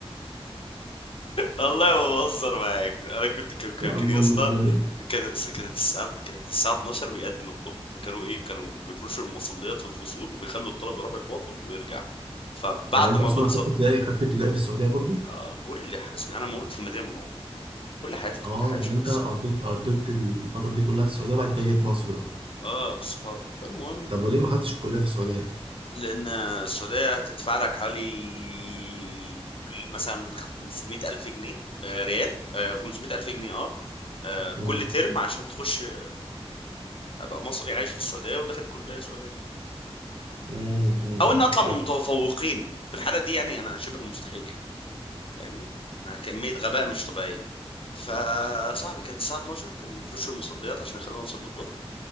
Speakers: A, on the left; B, on the right.
A: والله ما بهزر معاك انا كنت كان كان
B: يا
A: كان
B: عم
A: يا
B: ام
A: اسطى
B: الدنيا
A: كان كانت الساعة كانت الساعة 12 بيأذن الظهر فكانوا ايه كانوا بيفرشوا المصليات في الفصول وبيخلوا الطلبة يروحوا يتوضوا ويرجعوا فبعد
B: يعني انت
A: ما
B: اصلا
A: بتصل
B: خدت ابتدائي خدت ابتدائي في السعودية برضو
A: آه، كل ح... انا مولود في المدينة المنورة كل حياتي كنت
B: اه
A: عايشة
B: يعني انت
A: بالسعودية
B: قضيت قضيت الفترة دي كلها في السعودية بعد كده جيت مصر بقى
A: اه بالصحاب فالمهم
B: طب وليه ما خدتش الكلية في السعودية
A: لأن السعودية هتدفع لك حوالي قول مثلا 500 ألف جنيه آه، ريال آه، 500 ألف جنيه اه آه،
B: امم
A: كل ترم عشان تخش آه، أبقى مصري عايش في السعودية وداخل كلية سعودية
B: امم
A: أو إن أطلع من
B: فاهم
A: المتفوقين في الحالة دي يعني أنا شبه مستحيل يعني فاهمني أنا كمية غباء مش طبيعية فصاحبي كانت الساعة 12 كان يفرشوا المصليات عشان يخلونا نصلي الظهر